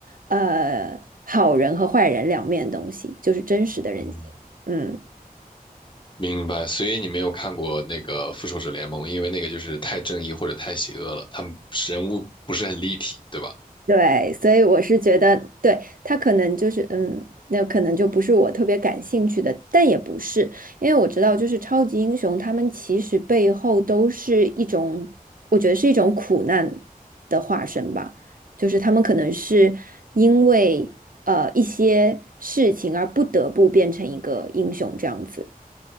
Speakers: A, on the right; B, on the left.
A: 呃好人和坏人两面的东西，就是真实的人性，
B: 嗯，
A: 嗯。
B: 明白。所以你没有看过那个《复仇者联盟》，因为那个就是太正义或者太邪恶了，他们人物不是很立体，对吧？
A: 对，所以我是觉得，对，他可能就是，嗯，那可能就不是我特别感兴趣的，但也不是，因为我知道，就是超级英雄，他们其实背后都是一种，我觉得是一种苦难的化身吧，就是他们可能是因为呃一些事情而不得不变成一个英雄这样子，